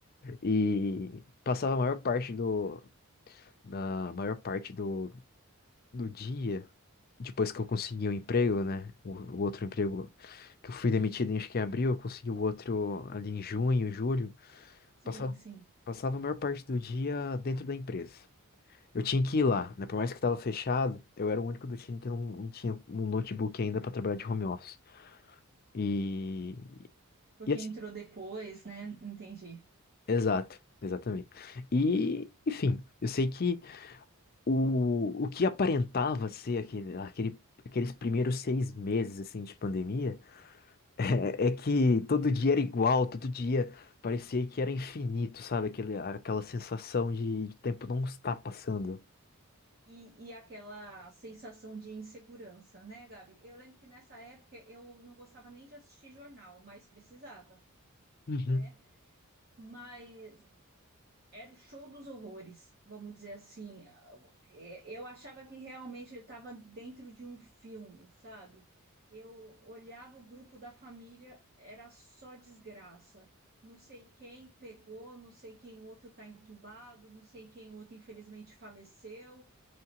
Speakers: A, on the left; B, on the right.
A: E passava a maior parte do, da maior parte do, do dia Depois que eu consegui o emprego, né? O, o outro emprego que eu fui demitido em acho que em abril, eu consegui o outro ali em junho, julho.
B: Sim,
A: Passava,
B: sim.
A: passava a maior parte do dia dentro da empresa. Eu tinha que ir lá, né? Por mais que estava fechado, eu era o único do time que não, não tinha um notebook ainda para trabalhar de home office. E,
B: Porque
A: e assim,
B: entrou depois, né? Entendi.
A: exato, exatamente. E, enfim, eu sei que o, o que aparentava ser aquele, aquele, aqueles primeiros seis meses assim de pandemia É, é que todo dia era igual, todo dia parecia que era infinito, sabe? Aquele, aquela sensação de, de tempo não está passando.
B: E, e aquela sensação de insegurança, né, Gabi? Eu lembro que nessa época eu não gostava nem de assistir jornal, mas precisava,
A: Uhum,
B: né? Mas era o show dos horrores, vamos dizer assim. É, Eu achava que realmente estava dentro de um filme, sabe? Eu olhava o grupo da família, era só desgraça. Não sei quem pegou, não sei quem outro está entubado, não sei quem outro infelizmente faleceu.